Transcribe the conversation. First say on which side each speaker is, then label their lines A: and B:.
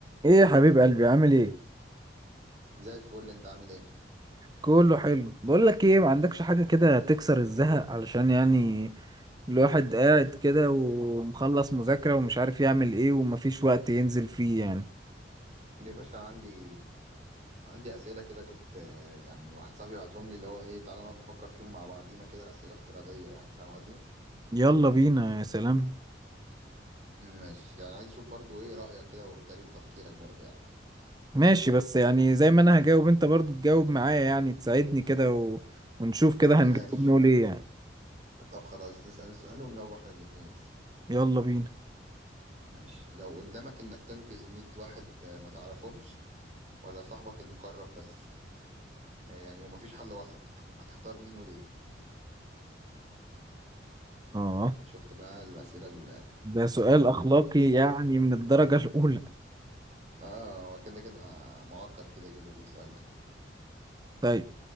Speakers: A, on the right; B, on the right.
A: ايه يا حبيب قلبي عامل ايه
B: زي الفل انت عامل ايه
A: كله حلو بقول لك ايه ما عندكش حاجه كده تكسر الزهق علشان يعني الواحد قاعد كده ومخلص مذاكره ومش عارف يعمل ايه ومفيش وقت ينزل فيه يعني
B: يا باشا عندي عندي اسئله كده كنت آه، يعني واحد صاحبي بعتهم لي اللي هو ايه تعالى نقعد نفكر فيهم مع بعضينا كده اسئله افتراضيه يعني فاهم قصدي
A: يلا بينا يا سلام
B: ماشي يعني عايز اشوف برضو ايه رايك كده وطريقه تفكيرك برضو يعني
A: ماشي بس يعني زي ما انا هجاوب انت برضو تجاوب معايا يعني تساعدني كده و... ونشوف كده هنجاوب
B: ماشي
A: نقول ايه يعني
B: طب خلاص نسال السؤال ونجاوب احنا الاتنين
A: يلا بينا
B: ماشي لو قدامك انك تنقذ 100 واحد آه، ما تعرفهمش ولا صاحبك المقرب بس يعني ومفيش حل وسط هتختار مين وليه
A: اه
B: شفت بقى الاسئله ال-
A: ده سؤال اخلاقي
B: الصعبه
A: يعني من الدرجه الاولى
B: اه هو كده كده معقد كده كده السؤال ده
A: طيب